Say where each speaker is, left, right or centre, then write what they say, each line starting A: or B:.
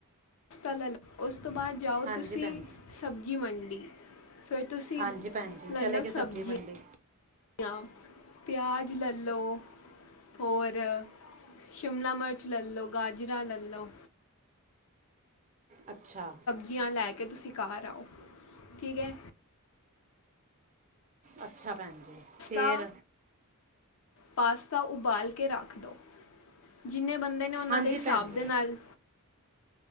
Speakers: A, on the left (about 65°); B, on the right (about 35°).
A: ਸਤਾ ਲੈ ਲੋ। ਉਸ ਤੋਂ ਬਾਅਦ ਜਾਉ,
B: ਹਾਂਜੀ
A: ਤੁਸੀਂ
B: ਭੈਣ
A: ਸਬਜ਼ੀ ਮੰਡੀ। ਫੇਰ ਤੁਸੀਂ
B: ਹਾਂਜੀ ਭੈਣ ਜੀ
A: ਲੈ
B: ਚਲੇ
A: ਲੋ
B: ਗਏ
A: ਸਬਜ਼ੀ।
B: ਮੰਡੀ
A: ਜਿਆਂ, ਪਿਆਜ਼ ਲੈ ਲੋ। ਹੋਰ ਸ਼ਿਮਲਾ ਮਰਚ ਲੈ ਲੋ, ਗਾਜਰਾਂ ਲੈ ਲੋ।
B: ਅੱਛਾ।
A: ਜਿਆਂ ਲੈ ਕੇ, ਤੁਸੀਂ ਘਰ ਆਓ, ਠੀਕ ਐ।
B: ਅੱਛਾ ਭੈਣ ਜੀ।
A: ਸਤਾ
B: ਫੇਰ
A: ਪਾਸਤਾ ਉਬਾਲ ਕੇ ਰੱਖ ਦੋ। ਜਿੰਨੇ ਬੰਦੇ ਨੇ ਉਹਨਾਂ
B: ਹਾਂਜੀ
A: ਦੇ ਹਿਸਾਬ
B: ਭੈਣ ਜੀ
A: ਦੇ ਨਾਲ